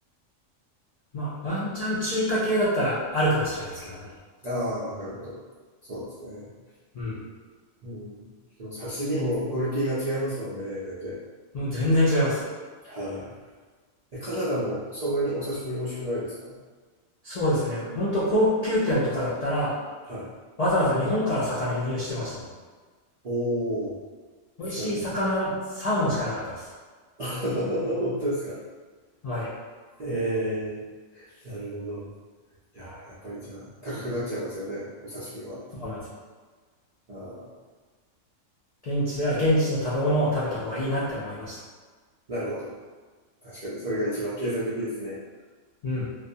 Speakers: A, on the left; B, on the right.
A: まあ、ワンチャン中華系だったらあるかもしれないですけどね。
B: ああー、なるほど。そうですね。
A: うん。
B: うん。でも刺身もクオリティが違いますもんね、
A: こう、僕、
B: 全然。
A: もう全然違います。
B: はい。え、カナダもそんなにお刺身美味しくないですか
A: そうですね。ほんと高級店とかだったら、
B: はい。
A: わざわざ日本から魚輸入してましたもん。
B: おー。
A: 美味しい魚はサーモンしかなかったです。
B: じゃん、<laughs> 本当ですか。
A: はい、
B: えー、なるほど。いやー、やっぱりじゃあ、高くなっちゃいますよね、お刺身は。
A: そうなんですよ。
B: あー、
A: 現地では現地の食べ物を食べた方がいいなって思いました。
B: なるほど。確かに、それが一番経済的ですね。
A: うん。